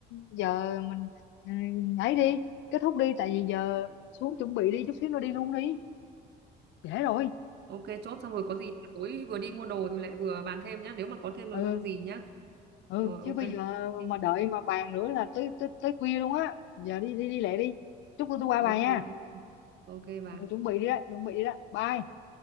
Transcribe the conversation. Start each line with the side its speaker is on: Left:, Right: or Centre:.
Left: giờ mình um, ấy đi kết thúc đi tại vì giờ xuống chuẩn bị đi chút xíu nữa đi luôn đi trễ rồi
Right: ok chốt xong rồi có gì tối vừa đi mua đồ rồi lại vừa bàn thêm nhá nếu mà có thêm nội
Left: ừ
Right: dung gì nhá
Left: ừ
Right: rồi
Left: chứ
Right: ok
Left: bây giờ
Right: ok
Left: mà đợi mà bàn nữa là tới tới tới khuya luôn á giờ đi đi đi lẹ đi chút nữa tôi qua bà
Right: ok
Left: nha
Right: ok, ok bà
Left: ừ, chuẩn bị đi đó chuẩn bị đi đó bye